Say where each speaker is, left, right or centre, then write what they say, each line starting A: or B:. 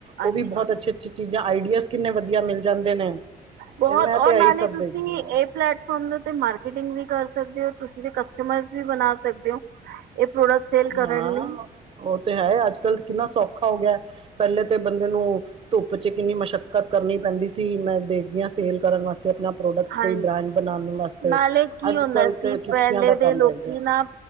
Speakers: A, on the right; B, on the right.
A: ਉਹ
B: ਅੱਛਾ
A: ਵੀ ਬਹੁਤ
B: ਜੀ
A: ਅੱਛੀ-ਅੱਛੀ ਚੀਜ਼ਾਂ, ਆਈਡੀਆਸ ਕਿੰਨੇ ਵਧੀਆ ਮਿਲ ਜਾਂਦੇ ਨੇ।
B: ਬਹੁਤ,
A: ਤੇ ਮੈਂ ਤੇ
B: ਔਰ ਨਾਲੇ
A: ਇਹੀ ਸਭ
B: ਤੁਸੀਂ
A: ਦੇਖਦੀ ਹਾਂ।
B: ਇਹ ਫਲੈਟ ਕੰਮ ਦਾ ਤੇ ਮਾਰਕੀਟਿੰਗ ਵੀ ਕਰ ਸਕਦੇ ਓ ਤੁਸੀ, ਕਸਟਮਰ ਵੀ ਬਣਾ ਸਕਦੇ ਓ। ਇਹ ਪ੍ਰੋਡਕਟ ਸੇਲ ਕਰਨ
A: ਹਾਂ,
B: ਲਈ
A: ਉਹ ਤੇ ਹੈ, ਅੱਜ-ਕੱਲ੍ਹ ਕਿੰਨਾ ਸੌਖਾ ਹੋ ਗਿਆ, ਪਹਿਲੇ ਤੇ ਬੰਦੇ ਨੂੰ ਧੁੱਪ 'ਚ ਕਿੰਨੀ ਮਸ਼ੱਕਤ ਕਰਨੀ ਪੈਂਦੀ ਸੀ। ਮੈਂ ਦੇਖਦੀ ਆ ਸੇਲ ਕਰਨ ਵਾ ਤੇ ਆਪਣਾ ਪ੍ਰੋਡਕਟ
B: ਹਾਂਜੀ
A: ਕੋਈ ਬ੍ਰਾਂਡ ਬਣਾਉਣ ਵਾਸਤੇ,
B: ਨਾਲੇ ਕੀ
A: ਅੱਜ-ਕੱਲ੍ਹ
B: ਹੁੰਦਾ ਸੀ
A: ਤੇ ਚੁਟਕੀਆਂ
B: ਪਹਿਲੇ
A: ਦਾ ਕੰਮ
B: ਦੇ ਲੋਕ
A: ਰਹਿ ਗਿਆ।
B: ਨਾ